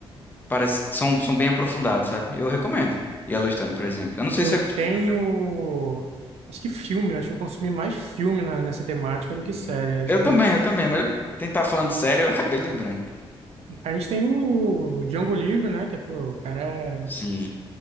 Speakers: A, on the left; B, on the right.
A: parece, são, são bem aprofundados, sabe? Eu recomendo. Yellowstone, por exemplo. Eu não sei
B: Eu
A: se eu gostei
B: tenho.
A: tanto.
B: Acho que filme. Acho que eu consumi mais filme na- nessa temática do
A: Uhum.
B: que série. Acho
A: Eu
B: que...
A: também, eu também, mas eu, eu tentar falando de série, eu acabei lembrando.
B: A gente tem o Django Livre, né? Que, pô, o cara. é-
A: Sim.